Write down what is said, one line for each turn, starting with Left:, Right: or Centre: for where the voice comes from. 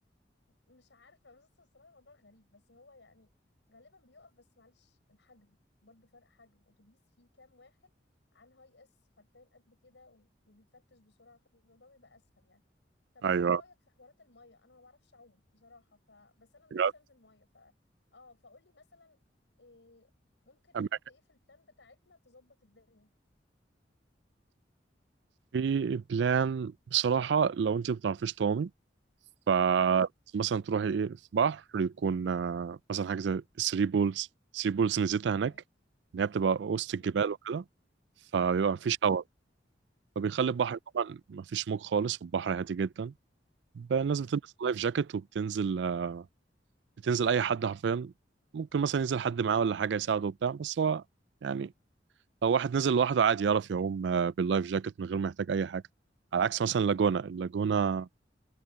Left: مش عارفة بس بصراحة الموضوع غريب بس هو يعني غالبا بيقف بس معلش الحجم برضو فرق حجم اتوبيس فيه كام واحد عن هاي اس حرفيا قد كده و- وبيتفتش بسرعة فالموضوع بيبقى اسهل يعني طب
Right: أيوه
Left: انت ايه رأيك في حوارات المية انا ما بعرفش اعوم بصراحة ف... بس انا نفسي
Right: بجد
Left: انزل مية ف اه فقول لي مثلا إيه ممكن نحط
Right: أنا
Left: ايه في البلان بتاعتنا تظبط الدنيا
Right: في بلان بصراحة لو أنت ما بتعرفيش تعومي فمثلا
Left: امم
Right: تروحي إيه في بحر يكون آه، مثلا حاجة زي الثري بولز الثري بولز ميزتها
Left: اوكي
Right: هناك إن هي بتبقى وسط
Left: امم
Right: الجبال وكده فبيبقى
Left: اوكي
Right: مفيش هواء فبيخلي
Left: امم
Right: البحر طبعا مفيش موج خالص والبحر هادي جدا بقى
Left: امم
Right: الناس بتلبس لايف جاكيت وبتنزل آه، بتنزل أي حد حرفيا ممكن مثلا ينزل حد معاه ولا حاجة يساعده وبتاع بس هو يعني لو واحد نزل لوحده عادي يعرف يعوم آه، باللايف جاكيت من غير ما يحتاج اي حاجه على عكس مثلا اللاجونه اللاجونه